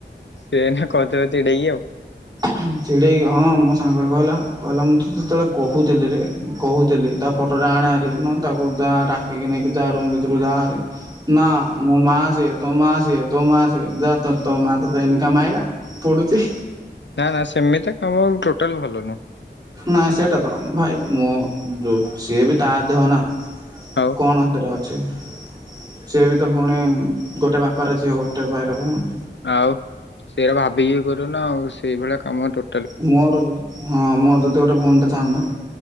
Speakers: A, on the left; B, on the right.
A: ସିଏ କହୁଥିବ ଚିଡେଇକି ଆଉ।
B: ଛଚିଡ଼େଇ ହଁ ମୋ ସାଙ୍ଗେ କହିଲା କହିଲା ମୁଁ ତ ଯେତେବେଳେ କହୁଥିଲି ରେ କହୁଥିଲି ତା ଫଟୋଟା ଆଣ ହେରି ନ ତାକୁ ଯାଇକି ନେଇକି ଯା ରୁମ୍ ଭିତରୁ ଯାଆହାରି। ନା ମୋ ମା ସିଏ ତୋ ମା ସିଏ। ତୋ ମା ସିଏ ଯା ତ ମା ତତେ ଆଇନିକା ମାଇଲା ପଡୁଚି।
A: ନା ନା ସେମିତି କାମ ଟୋଟାଲ ଭଲ ନୁହଁ।
B: ନାଇଁ ସେଇଟା ତ ଭାଇ ମୁଁ ଯଉ ସିଏ ବି ତା ଦେହ ନା।
A: ଆଉ।
B: କଣ ସେଥିରେ ଅଛି ସିଏ ବି ତ ପୁଣି ଗୋଟେ ବାପାର ଝିଅ ଗୋଟେ ଭାଇର ଭଉଣି।
A: ଆଉ ସେଇଆ ଭାବିକି ଇଏ କରିବୁନା ଆଉ ସେଇଭଳିଆ କାମ ଟୋ
B: ମୋର ହଁ ମୋର ଯଦି ଗୋଟେ ଭଉଣୀ ଟେ ଥାନ୍ତା।